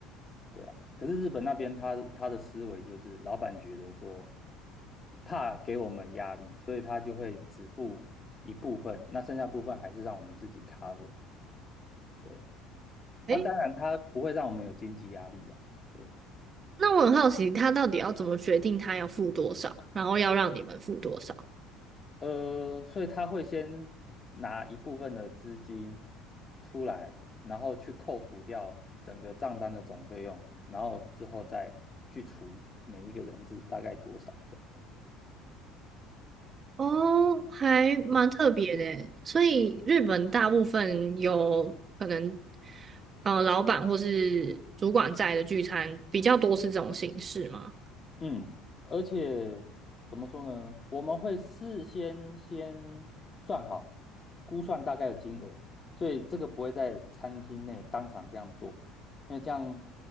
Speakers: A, on the left; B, on the right.
A: 对啊。可是日本那边他他的思维就是老板觉得说怕给我们压力，所以他就会只付一部分，那剩下部分还是让我们自己 cover。对，那当然他不会让我们有经济压力啊。
B: 诶。
A: 对。
B: 那我很好奇，他到底要怎么决定他要付多少，然后要让你们付多少？
A: 呃，所以他会先拿一部分的资金出来，然后去扣除掉整个账单的总费用，然后之后再去除每一个人是大概多少这样。
B: 哦，还蛮特别的耶所以日本大部分有可能，呃，老板或是主管在的聚餐比较多是这种形式吗？
A: 嗯，而且怎么说呢？我们会事先先算好，估算大概的金额，所以这个不会在餐厅内当场这样做，因为这样